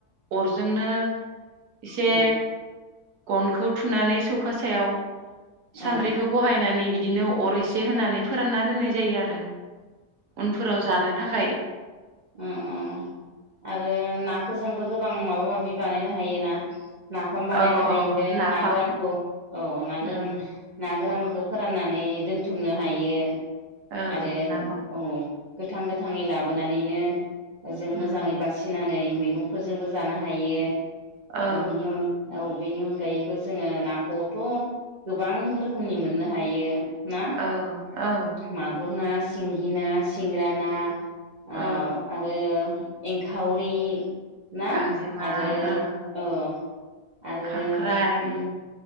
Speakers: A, on the right; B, on the right.
A: अरजोंनो इसे
B: औ
A: गनखौ थुनानै सौखा सायाव
B: औ।
A: सान्द्रिखौ बहायनानै बिदिनो अर एसे होनानै फोरानना दोननाय जायो आरो। उनफोराव जानो थाखाय।
B: अ अ आरो ना फोरजोंबो गोबां माबा माबि बानायनो हायोना। नाफाम बानायनो
A: औ
B: हायो
A: औ नाफाम
B: ना गोरानखौ औ ना
A: उम
B: गोरान ना गोरान खौ फोराननानै दोनथुमनो हायो।
A: औ
B: आरो
A: नाफाम
B: अं। गोथां गोथांङै लाबोनानै। नैनो। जों
A: उम
B: मोजांङै बासिनानै। मैगंफोरजोंबो जानो हायो।
A: औ
B: ओ बिनि अन। औ बेनि अनगायैबो जोंङो नाखौथ गोबां रोखोमनि मोननो हायो। ना
A: औ। औ
B: मागुर ना। सिंगि ना सिंग्रा ना।
A: औ
B: आव आरो। एंखावरि ना
A: गांजेमा
B: आरो
A: ओ
B: औ आरो
A: खांख्राइ
B: ओम